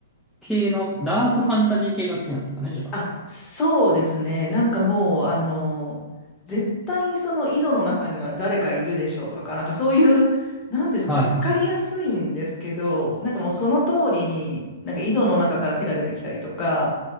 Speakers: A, in the centre; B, on the left (about 20°).
A: 系の、ダークファンタジー系が好きなんですかね、じゃあ。
B: あ、そうですね。なんかもう、あの、絶対にその井戸の中には誰かいるでしょうとか、なんかそういう、なんですかね、
A: はいは
B: わかりやすいんですけど、なんかもうその通りに、なんか井戸の中から手が出てきたりとか、